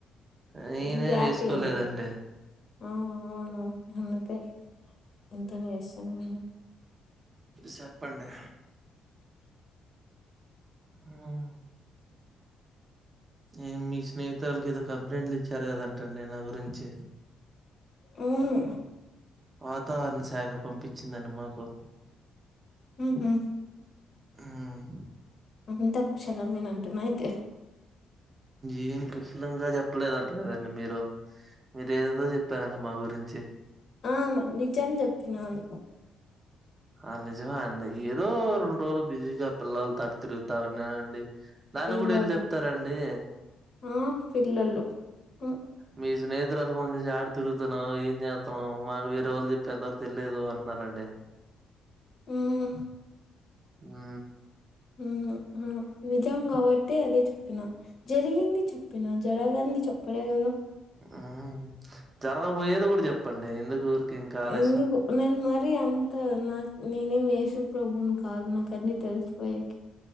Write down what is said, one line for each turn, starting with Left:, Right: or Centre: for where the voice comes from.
Right: నేనే
Left: కొద్దిం గ్యాపియ్యండి.
Right: వేసుకోలేదండి
Left: ఆఁ అవును అందుకే ఎంటనే ఏస్తము మేము
Right: సెప్పండి హ్మ్ఁ ఏం మీ స్నేహితురాలుకి ఏదో కంప్లైంట్లు ఇచ్చారు కదంటండి నా గురించి!
Left: అవును
Right: వాతావరణ శాఖ పంపించిందండి మాకు.
Left: మ్మ్ఁ హుఁ
Right: మ్మ్
Left: అంతా కుషలమేనంటనా అయితే?
Right: ఏం కుశలంగా జెప్పలేదంట కదండి మీరు! మీరు ఏదేదో చెప్పారంట మా గురించి.
Left: ఆఁ మ నిజం చెప్తున్నాను
Right: ఆఁ నిజమా అండి ఏదో రెండు రోజులు బిజీగా పిల్లలతో అట్ట తిరుగుతా ఉన్నానండి. దానికి
Left: పిల్లల
Right: కూడా ఎల్లి చెప్తారా అండి.
Left: ఆ పిల్లలు ఉ
Right: మీ స్నేహితురాలు ఫోన్ చేసి ఏడ తిరుగుతున్నావు, ఏం చేస్తున్నవు, మాకు వేరే వాళ్ళు చెప్పేంతవరకు తెల్లేదు అంటున్నారండి.
Left: హ్మ్ఁ
Right: మ్మ్ఁ
Left: హ్మ్ఁ మ్మ్ఁ నిజం కాబట్టి అదే చె ప్పిన జరిగింది చెప్పిన, జరగంది చెప్పలేదుగా!
Right: మ్మ్ఁ జరగబోయ్యేది కూడ చెప్పండి ఎందుకు ఊరికే ఇంకా ఆలస్యం.
Left: ఎందుకు నేను మరీ అంత నా నేనేం యేసు ప్రభును కాదు నాకు అన్నీ తెలుసు పొయేక్